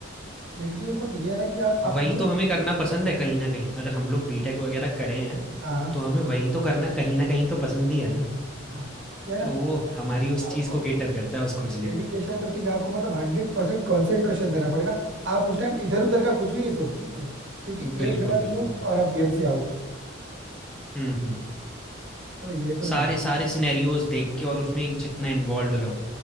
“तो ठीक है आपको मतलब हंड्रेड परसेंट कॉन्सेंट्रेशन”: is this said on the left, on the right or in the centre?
Right